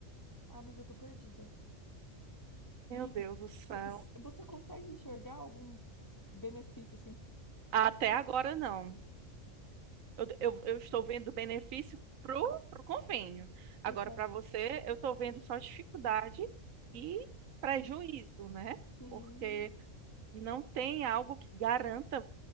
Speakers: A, on the left; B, on the right.
A: Amiga, eu tô perdida.
B: Meu
A: Me,
B: Deus do
A: se-
B: céu.
A: se- você consegue enxergar algum benefício assim?
B: Até
A: para
B: agora não. Eu, eu, eu estou vendo benefício pro, pro convênio. Agora,
A: o convívio.
B: para você, eu estou vendo só dificuldade e prejuízo, né?
A: Sim,
B: Porque não tem algo que garanta